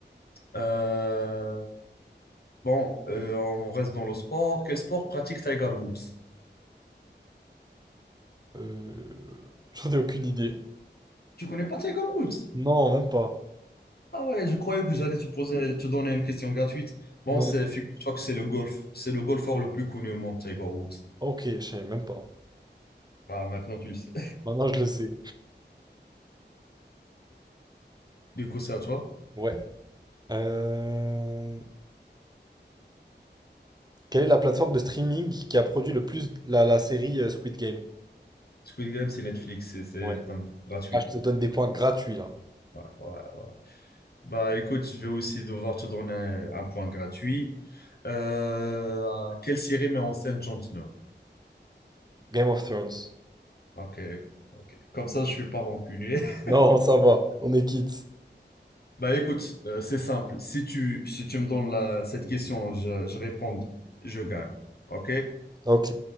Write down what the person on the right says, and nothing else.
Euh, <laughs> J'en ai aucune idée.
Non, même pas.
Non.
Ok, je savais même pas.
Maintenant, je le sais.
Ouais. Euh, Quelle est la plateforme de streaming qui a produit le plus la, la série euh, Squid Game?
Ouais.
Là, je te donne des points gratuits, là.
Game of Thrones.
Non,
ça va. On est quitte.
Ok.